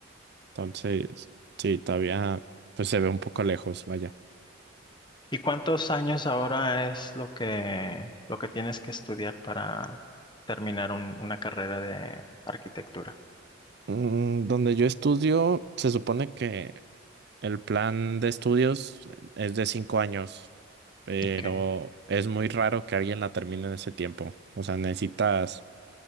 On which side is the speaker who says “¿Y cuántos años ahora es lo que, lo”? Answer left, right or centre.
Left